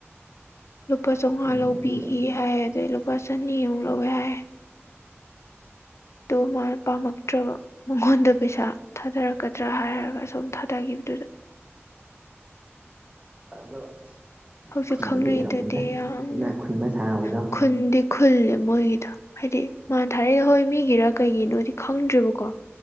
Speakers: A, on the left (about 75°); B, on the right (about 25°).
A: ꯂꯨꯄꯥ ꯆꯝꯉꯥ
B: ꯑꯗꯨꯏꯅꯦ
A: ꯂꯧꯕꯤꯈꯤ
B: ꯑꯗꯨ
A: ꯍꯥꯏ ꯑꯗꯩ ꯂꯨꯄꯥ ꯆꯅꯤꯃꯨꯛ ꯂꯧꯋꯦ ꯍꯥꯏ
B: <inaudible>
A: ꯑꯗꯣ ꯃꯥꯅ ꯄꯥꯝꯃꯛꯇ꯭ꯔꯕ ꯃꯉꯣꯟꯗ ꯄꯩꯁꯥ ꯊꯥꯗꯔꯛꯀꯗ꯭ꯔꯥ ꯍꯥꯏꯔꯒ ꯁꯨꯝ ꯊꯥꯗꯒꯤꯕꯗꯨꯗ
B: ꯑꯗꯣ ꯏꯅꯥꯛ
A: ꯍꯧꯖꯤꯛ
B: ꯈꯨꯟꯕꯗꯤ
A: ꯈꯪꯅꯩꯗꯨꯗꯤ
B: ꯑꯣꯏꯔꯝꯃꯣꯏꯗ
A: ꯌꯥꯝꯅ
B: ꯏꯅꯥꯛ ꯈꯨꯟꯕ ꯁꯥꯕꯗꯣ
A: ꯈꯨꯟꯗꯤ ꯈꯨꯜꯂꯦ ꯃꯣꯏꯒꯤꯗꯣ ꯍꯥꯏꯗꯤ ꯃꯥꯅ ꯊꯥꯔꯛꯏꯗ ꯍꯣꯏ ꯃꯤꯒꯤꯔ ꯀꯩꯒꯤꯅꯣꯗꯤ ꯈꯪꯗ꯭ꯔꯕꯀꯣ